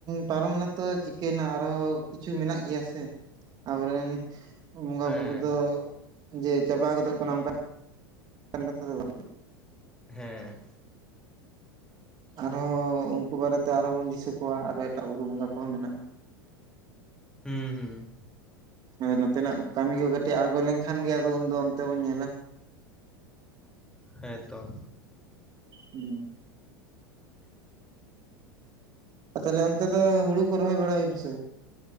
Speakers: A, on the right; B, in the centre.
A: ᱯᱟᱨᱚᱢ ᱱᱟᱛᱚ ᱪᱤᱠᱟᱹᱭᱱᱟ ᱟᱨᱦᱚᱸ ᱠᱤᱪᱷᱩ ᱢᱮᱱᱟᱜ ᱜᱮᱭᱟ ᱥᱮ ᱟᱵᱚᱨᱮᱱ ᱵᱚᱸᱜᱟ
B: ᱦᱮᱸ
A: ᱵᱩᱨᱩ ᱫᱚ ᱡᱮ ᱪᱟᱵᱟ ᱜᱚᱫᱚᱜ ᱠᱟᱱᱟ ᱚᱱᱠᱟ ᱠᱟᱛᱷᱟ ᱫᱚ ᱵᱟᱝ
B: ᱦᱮᱸ
A: ᱟᱨᱦᱚᱸ ᱩᱱᱠᱩ ᱵᱟᱨᱮᱛᱮ ᱟᱨᱦᱚᱸ ᱵᱚᱱ ᱫᱤᱥᱟᱹ ᱠᱚᱣᱟ ᱟᱨᱦᱚᱸ ᱮᱴᱟᱜ ᱵᱩᱨᱩ ᱵᱚᱸᱜᱟ ᱠᱚᱦᱚᱸ ᱢᱮᱱᱟᱜᱼᱟ
B: ᱦᱮᱸ ᱦᱮᱸ ᱦᱮᱸ
A: ᱟᱫᱚ ᱱᱚᱛᱮᱱᱟᱜ ᱠᱟᱹᱢᱤ ᱠᱚ ᱠᱟᱹᱴᱤᱡ ᱟᱬᱜᱚ ᱞᱮᱱᱠᱷᱟᱱ ᱜᱮ ᱟᱫᱚ ᱩᱱᱫᱚ ᱚᱱᱛᱮ ᱵᱚᱱ ᱧᱮᱞᱟ
B: ᱦᱮᱸᱛᱚ
A: ᱦᱮᱸ ᱟᱨ ᱛᱟᱦᱚᱞᱮ ᱚᱱᱛᱮ ᱫᱚ ᱦᱩᱲᱩ ᱨᱚᱦᱚᱭ ᱵᱟᱲᱟ ᱦᱩᱭᱱᱟ ᱥᱮ